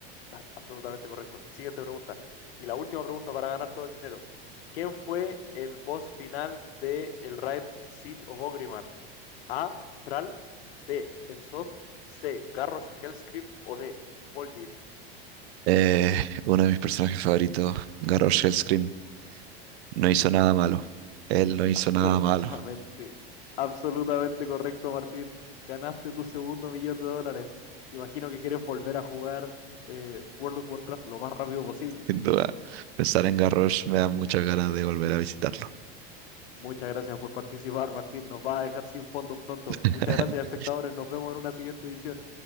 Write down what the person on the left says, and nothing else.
Ah, Absolutamente correcto. Siguiente pregunta. Y la última pregunta para ganar todo el dinero. ¿Quién fue el boss final de el raid Siege of Orgrimmar? A. Thrall. B. Ensod. C. Garrosh Hellscream. O D. Poljin.
Absolutamente,
absolutamente correcto, Martín. Ganaste tu segundo millón de dólares. Imagino que quieres volver a jugar eh, World of Warcraft lo más rápido posible.
Muchas gracias por participar, Martín. Nos va a dejar sin fondos pronto.
Muchas gracias, espectadores. Nos vemos en una siguiente edición.